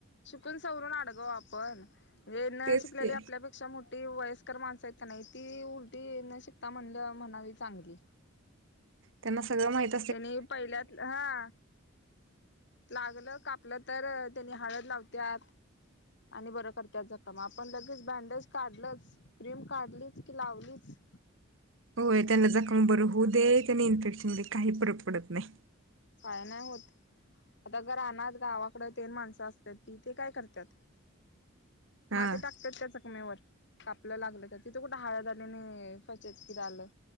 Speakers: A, on the left; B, on the right.
A: शिकून सवरून अडगव आपण म्हणजे न
B: तेच
A: शिकलेली
B: की
A: आपल्याप. त्याक्षा मोठी वयस्कर माणसं आहेत का नाही ती उलटी न शिकता म्हणल्या म्हणावी चांगली.
B: त्यांना सगळं माहिती.
A: त्यांनी पहिल्यात हा. लागलं कापलं तर त्यानी हळद लावतात. आणि बरं करते जखम आपण लगेच बँडेज काढलचं. क्रीम काढलीचं की लावलीचं.
B: होय त्यांना जखम बरी होऊ दे त्यांनी इन्फेक्शन दे काही फरक पडतं नाही.
A: काय नाही होतं. आता ग राहना गावाकडे तेन माणसं असतात ती ते काय करतात. माती
B: हा
A: टाकतात त्या जखमेवर कापलं लागलं. तिथं कुठं हळद नाही फचत कि आलं.